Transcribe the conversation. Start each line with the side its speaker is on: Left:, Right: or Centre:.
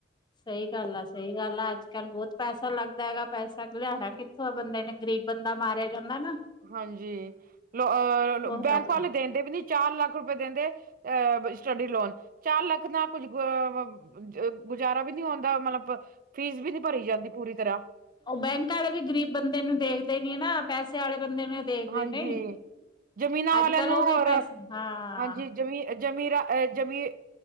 Left: ਸਹੀ ਗੱਲ ਐ ਸਹੀ ਗੱਲ ਐ, ਅੱਜ-ਕੱਲ੍ਹ ਬਹੁਤ ਪੈਸਾ ਲੱਗਦਾ ਹੈਗਾ ਪੈਸਾ, ਲਿਆਣਾ ਕਿ ਸੋਂ ਬੰਦੇ ਨੇ, ਗਰੀਬ ਬੰਦਾ ਮਾਰਿਆ ਜਾਂਦੇ ਨਾ।
Right: ਹਾਂਜੀ, ਲੋਹ ਅ ਲੋ
Left: ਬਹੁਤ
Right: ਬੈਂਕ
Left: ਔਖਾ
Right: ਵਾਲੇ ਦਿੰਦੇ ਵੀ ਨੀ, ਚਾਰ ਲੱਖ ਰੁਪਏ ਦਿੰਦੇ ਅਹ ਸਟੱਡੀ ਲੋਨ, ਚਾਰ ਲੱਖ ਨਾ ਕੁੱਝ ਅ ਅ-ਗੁਜ਼ਾਰਾ ਵੀ ਨੀ ਹੋਂਦਾ ਮਤਲਬ, ਫੀਸ ਵੀ ਨੀ ਭਰੀ ਜਾਂਦੀ ਪੂਰੀ ਤਰ੍ਹਾਂ।
Left: ਓਹ ਬੈਂਕ ਆਲੇ ਵੀ ਗ਼ਰੀਬ ਬੰਦੇ ਨੂੰ ਵੇਖਦੇ ਨੀ ਨਾ, ਪੈਸੇ ਆਲੇ ਬੰਦੇ ਨੂੰ ਦੇਖਦੇ
Right: ਹਾਂਜੀ,
Left: ਨੇ
Right: ਜਮੀਨਾਂ
Left: ਅੱਜ
Right: ਆਲਿਆਂ
Left: ਕੱਲ
Right: ਨੂੰ
Left: ਉਹ ਵੀ
Right: ਔਰ,
Left: ਪੈਸੇ ਹਾਂ
Right: ਹਾਂਜੀ ਜਮੀ ਅ ਜ਼ਮੀਰਾ ਅ ਜ਼ਮੀ,